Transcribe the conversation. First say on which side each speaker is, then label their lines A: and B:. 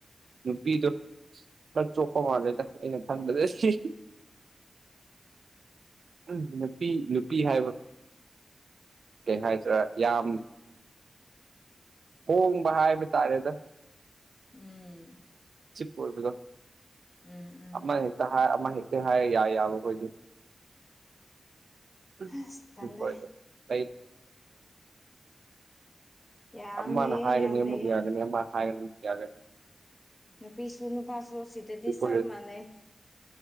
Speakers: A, on the right (about 75°); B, on the left (about 30°).
A: ꯅꯨꯄꯤꯗꯣ <unintelligible> ꯎ ꯅꯨꯄꯤ ꯅꯨꯄꯤ ꯍꯥꯏꯕ ꯀꯩ ꯍꯥꯏꯗ꯭ꯔꯥ ꯌꯥꯝ ꯍꯣꯡꯕ ꯍꯥꯏꯕ ꯇꯥꯔꯦꯗ
B: ꯎꯝ
A: ꯆꯤꯞ ꯑꯣꯏꯣꯕꯗꯣ
B: ꯎꯝ ꯎꯝ
A: ꯑꯃ ꯍꯦꯛꯇ ꯍꯥꯏ ꯑꯃ ꯍꯦꯛꯇ ꯍꯥꯏꯔ ꯌꯥꯏ ꯌꯥꯕ ꯑꯩꯈꯣꯏꯁꯨ <unintelligible>
B: ꯑꯁ ꯇꯜꯂꯦ ꯌꯥꯝ
A: ꯑꯃꯅ
B: ꯂꯩꯌꯦ
A: ꯍꯥꯏꯦꯅꯤꯒꯤ
B: ꯌꯥꯝ ꯂꯩꯌꯦ
A: ꯍꯥꯏꯒꯅꯤ ꯑꯃꯅ ꯍꯥꯏꯦ ꯍꯥꯏꯒꯅꯤ
B: ꯅꯨꯄꯤꯁꯨ ꯅꯨꯄꯥꯁꯨ ꯁꯤꯗꯗꯤ
A: ꯑꯗꯨꯈꯣꯏꯗꯣ
B: ꯆꯞ ꯃꯥꯟꯅꯩ